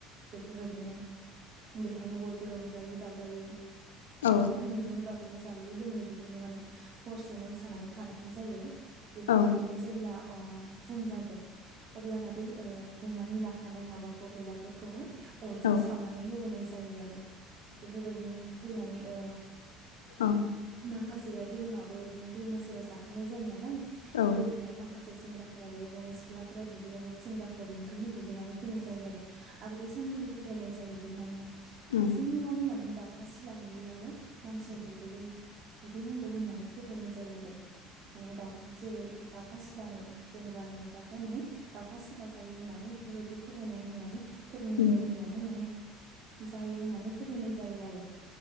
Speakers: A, on the right; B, on the left.
A: बेफोरबायदिनो बेहायनो बयबो रंजायै बाजायै
B: औ
A: रंजायै बाजा यै जायै लोंङै बेहायनो माने हरसे मोसानानै थानाय जायो।
B: ओं औ
A: बेफोरबायदिनो
B: औ उम
A: जेब्ला अ फुं जागोन अब्लाना बै ओ बुंनानै लाखानाय माबाखौ बेलागुरखौहाय अरजो
B: औ
A: साव होबोनाय जायो आरो बेफोरबायदिनो फैनानै ओ
B: औ
A: माखासेया दैमाबो बिदिनो दैमा सेराव जाहैनाय जायो नालाय
B: औ ओं
A: दैमायाव माखासे बे सेंग्राफोरा बेफोरबायदिनो सिख्लाफोरा दुगैयाबाबो सेंग्राफोरा बेनिफ्रायनो दुगैनानै फैनाय जायो आरो आरो बे सानखालि फोथायनाय जायोदि माने
B: उम
A: फुंङावनो माने दाउखा सिला नुयियावनो मानसिया दुगैयो दुगैनांगौ होननानै फोथायनाय जायो आरो माने दाउखा जेरै दाउखा सिला नु जेनेबा नुबाथाय माने दाउखा सिला जायो होननानै बेफोरबायदि फोथायनाय होननानै फोथायनाय
B: उम
A: जायो होननानै माने जायो होननानै फोथा होननाय जायो आरो ।